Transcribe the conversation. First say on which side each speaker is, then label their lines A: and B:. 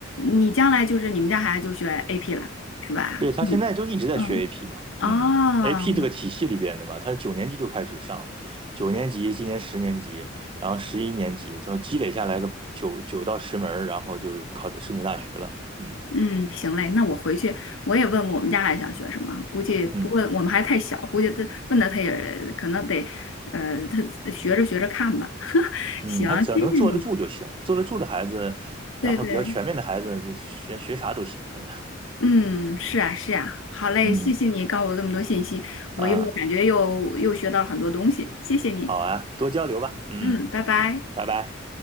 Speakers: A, on the left (about 90°); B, on the right (about 25°).
A: 你将来就是你们家孩子就学 AP 了，是吧？
B: 对，他现在就一直在学
A: 嗯嗯。
B: AP 嘛，
A: 哦，
B: 嗯，AP 这个体系里边的嘛，他九年级就开始上，九年级，今年十年级，然后十一年级，就积累下来个九九到十门儿然后就是考的申请大学了，嗯
A: 嗯，行嘞，那我回去我也问问我们家孩子想学什么，估计不过我们还太小，
B: 嗯
A: 估计他问他他也可能得，呃，他学着学着看吧。<laughs>
B: 嗯，
A: 行，
B: 他只要能坐得住就行，
A: 谢谢你，
B: 坐得住的孩子，
A: 对对，
B: 然后比较全面的孩子，就学学啥都行，反正，
A: 嗯，是啊是啊，好嘞，
B: 嗯
A: 谢谢你告诉我这么多信息，我又感觉又又学到了很多东西，
B: 啊，
A: 谢谢你，
B: 好啊，多交流吧，嗯，
A: 嗯，拜拜。
B: 拜拜。